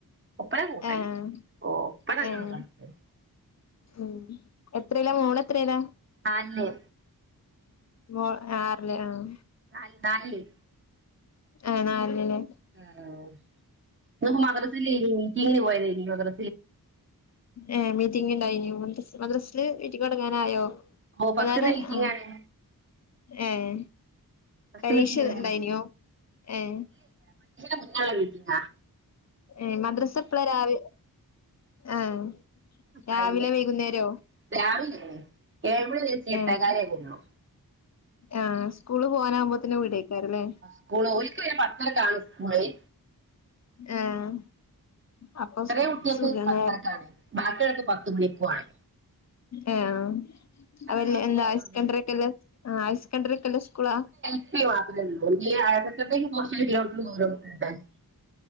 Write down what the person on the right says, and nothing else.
ഒപ്പനക്കു കൂട്ടായി
ഒപ്പന നല്ലോണം
കളിക്കും
ആന്നു
നാൽ നാൽല്
ഏഹ് ഓഹ് ഇന്ന് മദ്രസ ലീവെനിക്ക് <unintelligible> മദ്ര
ഓ
ഫസ്റ്റ്
മീറ്റിംഗ്
ആണ്
ഫസ്റ്റ്
മീറ്റിംഗ്
ആണ്
മുന്നേള്ള മീറ്റിംങ്ങാ
അപ്പ
അതിന്റെ
രാവിലേ ഏഴ് മണി മുതല് എട്ടേ
കാല് <unintelligible>
സ്ക്കൂള് ഓൽക്ക് പിന്നെ പത്തരക്ക് ആണ് സ്കൂളെയ്
ചെറിയ കുട്ടിയേക്ക്
പത്തരക്ക് ആണ് ബാക്കി ഉള്ളോര്ക്ക് പത്ത് മണിക്കു ആണ്.
ക്ലാസ്സിലായതുകൊണ്ട്
ട്ടി മാത്രെ ഉള്ളൂ ഈ <unintelligible>